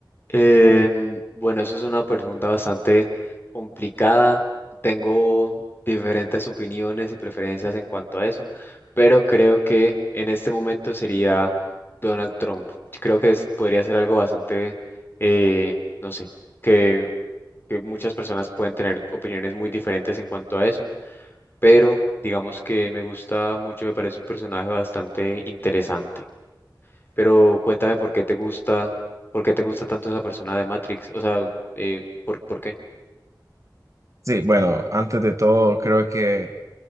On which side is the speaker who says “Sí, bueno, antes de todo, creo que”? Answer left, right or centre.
Right